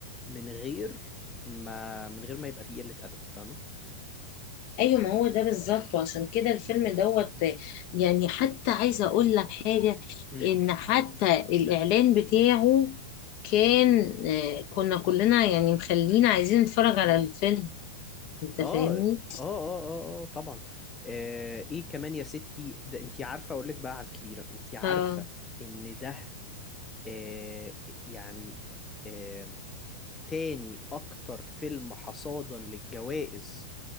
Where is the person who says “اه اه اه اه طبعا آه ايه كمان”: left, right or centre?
Left